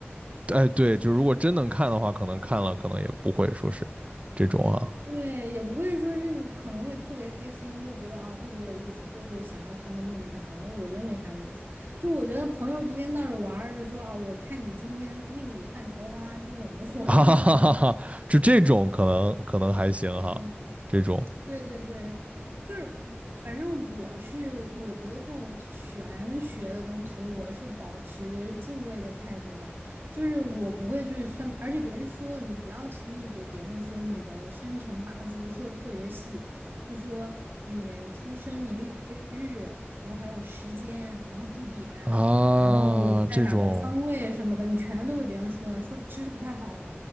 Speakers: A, on the right; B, on the right.
A: 哎对，就如果真能看的话，可能看了可能也不会说是这种啊。
B: 对，也不会说是你可能会特别开心，就觉得啊、特别有意思，就是想要算个命啥的，我觉得没啥意思。就我觉得朋友之间闹着玩儿，就说啊，我看你今天命里犯桃花这种，<laughs>
A: <laughs>
B: 我觉得倒没什么。
A: 哈哈哈哈，就这种可能可能还行哈，
B: 嗯
A: 这种
B: 对对对，就是反正我是我觉得这种玄学的东西，我是保持敬畏的态度的，就是我不会去算命而且别人说的你不要轻易给别人说你的生辰八字，就说的特别细，就说你出生年月日，然后还有时间，然后地点，
A: 啊，
B: 然后哦在哪个方位什么的，
A: 这种，
B: 你全都给别人说了，说其实不太好的。